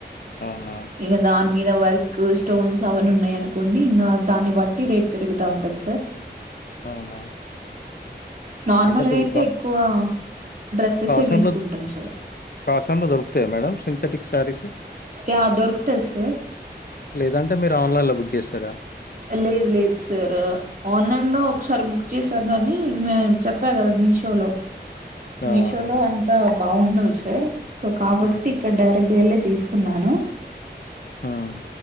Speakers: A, on the left; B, on the right.
A: అవునా
B: ఇక దాని మీద వర్క్ స్టోన్స్ అవన్నీ ఉన్నాయి అనుకోండి ఇంకా దాన్ని బట్టి రేట్ పెరుగుతా ఉంటది సార్
A: అవునా
B: నార్మల్గా
A: అంటే ఇప్పుడు
B: అయితే
A: కా
B: ఎక్కువ డ్రెస్సెసే
A: కాసంలో
B: తీసుకుంటాం సార్
A: కాసంలో దొరుకుతాయా మేడం సింథెటిక్ శారీస్
B: యా దొరుకుతది సార్
A: లేదంటే మీరు ఆన్లైన్ లో బుక్ చేస్తారా
B: లేదు లేదు సార్, ఆన్లైన్ లో ఒకసారి బుక్ చేసా కాని మ చెప్పా కదా మీషో లో
A: ఆ
B: మీషో
A: అవును
B: లో అంతా బాగుండదు సార్ సో కాబట్టి
A: మ్మ్
B: ఇక్కడ డైరెక్ట్ వెళ్ళే తీసుకున్నాను
A: మ్మ్